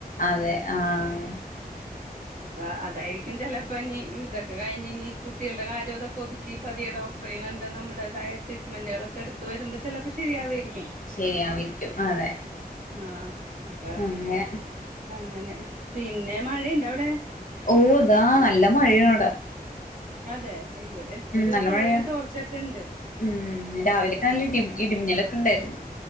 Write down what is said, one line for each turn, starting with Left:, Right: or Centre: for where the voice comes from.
Left: അതെ ആഹ്
Right: അപ്പൊ അതായിരിക്കും ചെലപ്പോ ഇനി ഇതൊക്കെ കഴിഞ്ഞ് ഇനി കുട്ടികളുടെ കാര്യം ഇതൊക്കെ ഒതുക്കി പതിയടോ ഡക്ടറേയും കണ്ട് നമ്മുടേതായ ട്രീറ്റ്മെന്റുകളൊക്കെ എടുത്ത് വരുമ്പൾ ചിലപ്പോൾ ശരിയാവുമായിരിക്കും
Left: ശരിയാവയിരിക്കും അതെ
Right: ആഹ് അപ്പ
Left: അങ്ങനെ
Right: അങ്ങനെ പിന്നെ മഴയുണ്ടാ അവിടെ
Left: ഓഹ് താ നല്ല മഴയവിടെ
Right: അതെ ഇവിടെ ഇപ്പൊ ഒരു
Left: നല്ല
Right: ചെറിയൊരു
Left: മഴയാണ്
Right: തോർച്ചൊക്കെ ഉണ്ട്
Left: ഉം രാവിലെയൊക്കെ നല്ല ഇ ഇടിമിന്നലൊക്കെ ഉണ്ടായിരുന്നു